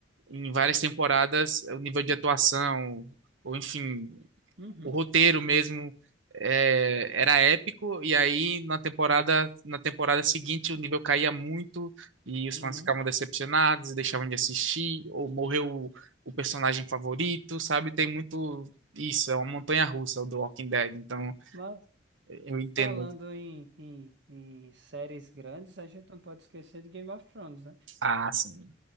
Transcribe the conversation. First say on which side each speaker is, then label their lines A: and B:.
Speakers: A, on the right; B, on the right.
A: em várias temporadas o nível de atuação, ou enfim,
B: uhum,
A: o roteiro mesmo é, era épico, e aí na temporada, na temporada seguinte o nível caía muito e os
B: uhum.
A: fãs ficavam decepcionados, deixavam de assistir, ou morreu o, o personagem favorito, sabe? Tem muito isso, é uma montanha russa do Walking Dead, então
B: Mas
A: eu entendo.
B: falando em, em, em séries grandes, a gente não pode esquecer de Game of Thrones, né?
A: Ah, assim,